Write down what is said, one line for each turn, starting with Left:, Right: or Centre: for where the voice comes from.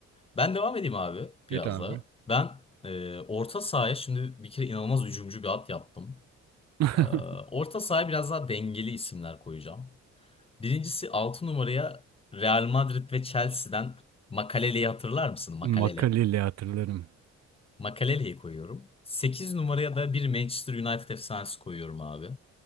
Left: Ben devam edeyim abi biraz
Right: Evet abi.
Left: daha. Ben e, orta sahaya şimdi bir kere inanılmaz hücumcu bir at yaptım.
Right: <laughs>
Left: E, orta sahaya biraz daha dengeli isimler koyacağım. Birincisi 6 numaraya Real Madrid ve Chelsea'den Makalele'yi hatırlar mısın? Makalele.
Right: Makaleli hatırlarım.
Left: Makalele'yi koyuyorum. sekiz numaraya da bir Manchester United efsanesi koyuyorum abi.